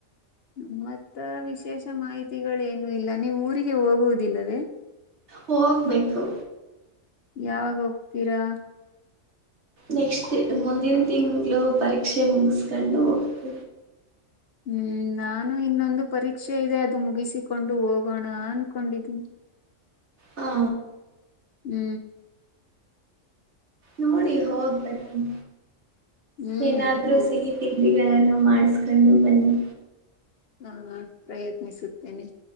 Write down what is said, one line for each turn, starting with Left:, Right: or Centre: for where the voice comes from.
Left: ಮ್ಮತ್ತ ವಿಶೇಷ ಮಾಹಿತಿಗಳೇನು ಇಲ್ಲ ನೀವು್ ಊರಿಗೆ ಹೋಗುವುದಿಲ್ಲವೇ
Right: ಹೋಗ್ಬೇಕು
Left: ಯಾವಾಗ ಹೋಗ್ತೀರಾ
Right: ನೆಕ್ಸ್ಟ್ ಮುಂದಿನ ತಿಂ್ಗಳು ಪರೀಕ್ಷೆ ಮುಗಸ್ಕೊಂಡು ಹೋಗ್ತ
Left: ಹ್ಮ್ ನಾನು ಇನ್ನೊಂದು ಪರೀಕ್ಷೆ ಇದೆ ಅದು ಮುಗಿಸಿಕೊಂಡು ಹೋಗೋಣ ಅನ್ಕೊಂಡಿದ್ದೀನಿ
Right: ಹಾ
Left: ಹ್ಮ್
Right: ನೋಡಿ ಹೋಗ್ ಬನ್ನಿ
Left: ಹ್ಮ್
Right: ಏನಾದ್ರು
Left: ಹೋಗ್
Right: ಸಿಹಿ ತಿಂಡಿಗಳನ್ನು ಮಾಡಿಸಕೊಂಡು ಬನ್ನಿ
Left: ಹಾ ಪ್ರಯತ್ನಿಸುತ್ತೇನೆ